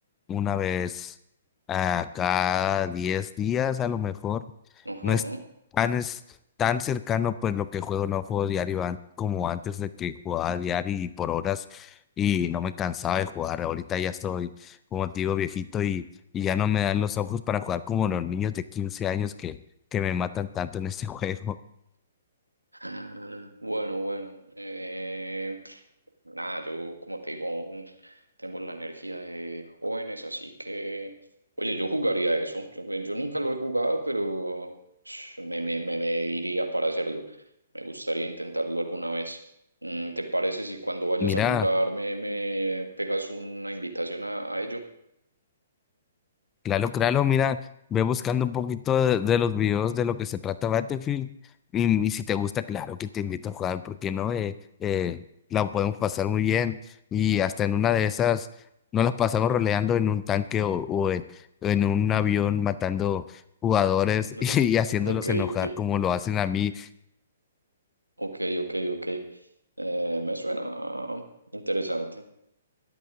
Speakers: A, on the left; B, on the right.
A: una vez a cada 10 días a lo mejor.
B: ujú.
A: No es tan, es tan cercano pues lo que juego, no juego diario an- como antes de que jugaba diario y por horas y no me cansaba de jugar. Ahorita ya estoy, como te digo, viejito y, y ya no me dan los ojos para jugar como los niños de 15 años que, que me matan tanto en este <laughs> juego.
B: Ah, Bueno, bueno. eh, nada, yo como te digo, aún tengo la energía de jóvenes, así que, oye, yo jugaría eso. Yo, yo nunca lo he jugado, pero sh, me, me, me, me diría para hacerlo. Me gustaría intentarlo alguna vez. Mm, ¿Te parece si cuando vayas
A: Mira.
B: a jugar me, me pegas una invitación a, a ello?
A: Claro, claro, mira, ve buscando un poquito de, de los videos de lo que se trata Battlefield. Y, y si te gusta, claro que te invito a jugar, porque no, eh, eh, la podemos pasar muy bien. Y hasta en una de esas, no las pasamos roleando en un tanque o, o en, en un avión matando jugadores
B: <laughs> No,
A: <laughs> y,
B: yo-
A: haciéndolos
B: Ok,
A: enojar
B: ok,
A: como lo hacen a mí.
B: ok, ok, ok. Eh, me suena interesante.